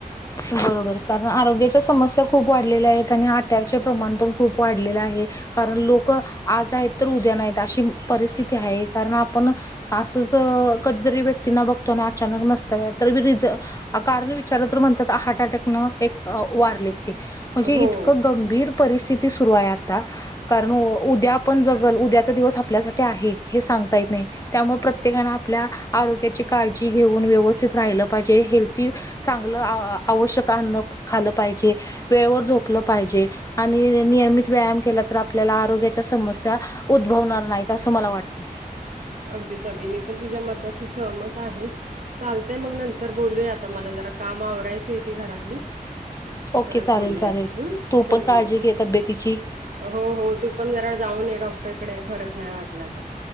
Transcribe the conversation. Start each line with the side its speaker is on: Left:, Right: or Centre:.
Left: बरोबर कारण आरोग्याच्या समस्या खूप वाढलेल्या आहेत आणि अटॅकचे प्रमाण पण खूप वाढलेलं आहे. कारण लोक आज आहेत तर उद्या नाहीत अशी परिस्थिती आहे कारण आपण. असंच कधीतरी व्यक्तींना बघतो अचानक नसतंय तर. कारण विचारलं तर म्हणतात ह टकन एक वारली ती म्हणजे
Right: हो
Left: इतकं गंभीर परिस्थिती सुरु आहे आता. कारण उद्या आपण जगल उद्याचा दिवस आपल्यासाठी आहे हे सांगता येत नाही. त्यामुळे प्रत्येकाने आपल्या आरोग्याची काळजी घेऊन व्यवस्थित राहिलं पाहिजे हेल्थी. चांगलं आवश्यक आण खालं पाहिजे वेळेवर झोपलं पाहिजे. आणि नियमित व्यायाम केला तर आपल्याला आरोग्याच्या समस्या उद्भवणार नाहीत असं मला वाटतं.
Right: अगदीच अगदी मी पण तुझ्या मताशी सहमत आहे चालतय मग नंतर बोलूया. तर मला जरा काम आवरायची येते घरातली.
Left: ओके
Right: परत
Left: चालेल
Right: बोलूया
Left: चालेल
Right: हम्
Left: तू
Right: चल
Left: पण काळजी
Right: मग.
Left: घे तब्येतीची
Right: हो हो तू पण जरा जाऊन ये डॉक्टरकडे फरक नाही वाटला तर.